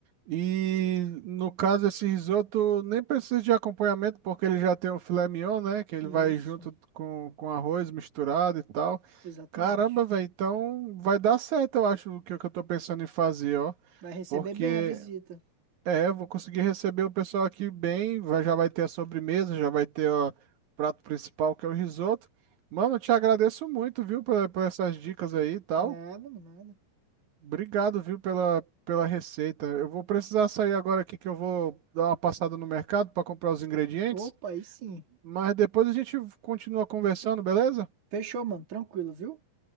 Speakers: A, on the right; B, on the right.
A: E no caso, esse risoto nem precisa de acompanhamento, porque ele já tem o filé mignon, né? Que ele
B: Isso,
A: vai junto com, com arroz misturado e tal.
B: exatamente.
A: Caramba, velho, então vai dar certo, eu acho, o que, o que eu tô pensando em fazer, ó.
B: Vai receber
A: Porque
B: bem a visita.
A: É, eu vou conseguir receber o pessoal aqui bem. vai- já vai ter a sobremesa, já vai ter ó, o prato principal, que é o risoto. Mano, eu te agradeço muito, viu, por, por essas dicas aí e tal.
B: Nada, mano, nada.
A: Obrigado, viu, pela, pela receita. Eu vou precisar sair agora aqui que eu vou dar uma passada no mercado para comprar os ingredientes.
B: Opa, aí sim.
A: Mas depois a gente continua conversando, beleza?
B: Fechou, mano. Tranquilo, viu?